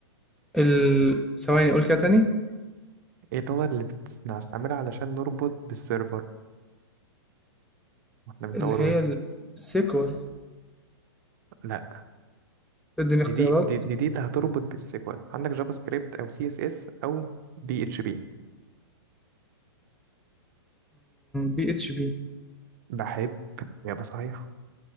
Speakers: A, in the centre; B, on the right.
A: ال... ثواني قول كده تاني
B: ايه اللغة اللي بنستعملها علشان نربط بالسيرفر واحنا بنطور
A: اللي هي
B: ويب
A: السيكوال
B: لا
A: اديني
B: دي
A: اختيارات
B: دي دي دي, دي اللي هتربط بالسيكوال عندك جافا سكريبت او سي اس اس او بي اتش بي
A: بي اتش بي
B: بحب يبقى صحيح